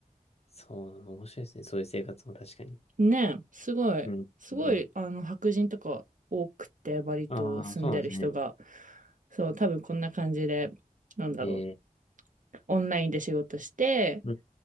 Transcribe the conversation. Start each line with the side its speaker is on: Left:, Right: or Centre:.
Left: そう、面白いですね。そういう生活も確かに。
Right: ねえ、すごい、
Left: うん。
Right: すごい、
Left: うん。
Right: あの、白人とか多くて、バリ島住んでる人が、
Left: ああ、そうなんですね。
Right: そう、多分こんな感じで、なんだろう、
Left: えー、
Right: オンラインで仕事して、
Left: うん。